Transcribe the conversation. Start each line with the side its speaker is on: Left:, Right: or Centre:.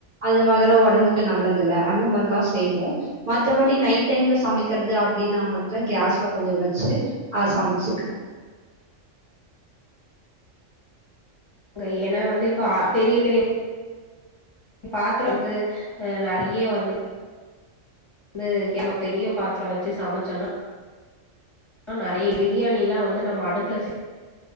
Right: அந்த மாரில்லா உடம்புக்கு நல்லது இல் அந்த மாதிரிலா செய்வோ மற்றபடி நைட் டைம்ல சமைக்கிறது அப்புடின்னுமட்டும்தா கேஸ்ல கொஞ்ச வச்சுஹ சமைச்சுக்கிறோ
Left: அங்க ஏன்னா வந்து இப்ப பெரிய பெரிய பாத்திரங்கள் வந்து அஹ நிறைய வந்து வைக்காம பெரிய பாத்திரம் வச்சு சமைச்சோனா நெறைய பிரியாணி எல்லா வந்து நம்ம <unintelligible> அடுப்புல